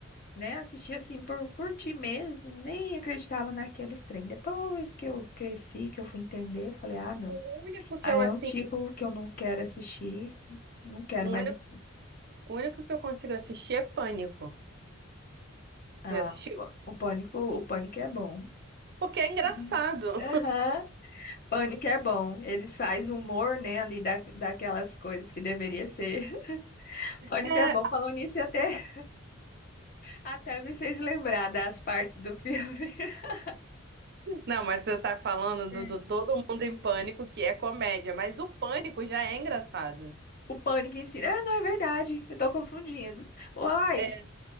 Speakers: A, on the left; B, on the right.
A: né? Assistia assim por curtir mesmo, nem acreditava naqueles trem. Depois que eu cresci, que eu fui entender, eu falei, ah, não.
B: O único que
A: Ah,
B: eu,
A: É
B: assim,
A: um tipo que eu não quero assistir, não quero
B: o único,
A: mais assistir.
B: o único que eu consigo assistir é Pânico.
A: Ah,
B: Já assistiu?
A: o o Pânico, o Pânico é bom.
B: Porque é engraçado.
A: Uhum. Aham, Pânico é bom. Eles fazem humor, né, ali da, daquelas coisas que deveria ser. <laughs> Pânico
B: É,
A: é bom. Falando nisso, até, até me fez lembrar das partes do filme. <laughs>
B: Não, mas você tá falando
A: Sim.
B: do, do Todo Mundo em Pânico, que é comédia, mas o Pânico já é engraçado.
A: O pânico em si. Ah, não, é verdade. Eu tô confundindo. Uai,
B: É,